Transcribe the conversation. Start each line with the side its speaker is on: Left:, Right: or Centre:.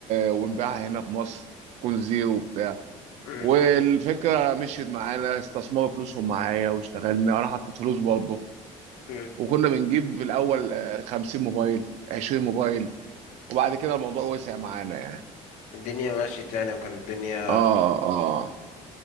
Right: ونبيعها هنا في مصر تكون زيرو وبتاع
Left: امم
Right: والفكره مشيت معانا استثمروا فلوسهم معايا واشتغلنا وانا حطيت فلوس برضه
Left: امم
Right: وكنا بنجيب في الاول آه، 50 موبايل 20 موبايل وبعد كده الموضوع وسع معانا يعني
Left: الدنيا مشيت يعني وكانت الدنيا
Right: اه اه